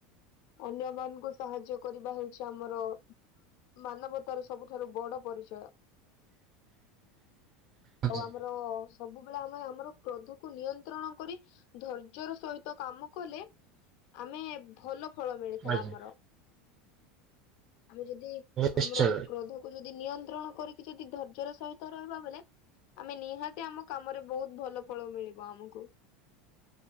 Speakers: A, on the left; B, on the right.
A: ଅନ୍ୟ ମାନଙ୍କୁ ସାହାଯ୍ୟ କରିବା ହଉଛି ଆମର। ମାନବ ତାର ସବୁଠାରୁ ବଡ ପରିଚୟ।
B: <inaudible>
A: ଆଉ
B: ଆଜ୍ଞା
A: ଆମର ସବୁବେଳେ ଆମ ଆମେ ଆମର କ୍ରୋଧକୁ ନିୟନ୍ତ୍ରଣ କରି ଧର୍ଯ୍ୟର ସହିତ କାମ କଲେ। ଆମେ। ଭଲ ଫଳ ମିଳିଥାଏ
B: ଆଜ୍ଞା
A: ଆମର, ଆମେ ଯଦି
B: ନିଶ୍ଚୟ
A: ଆମର କ୍ରୋଧ ଯଦି ନିୟନ୍ତ୍ରଣ କରି ଯଦି ଧର୍ଯ୍ୟର ସହିତ ରହିବା ବଲେ ଆମେ ନିହାତି ଆମ କାମରେ ବହୁତ ଭଲ ଫଳ ମିଳିବ ଆମକୁ।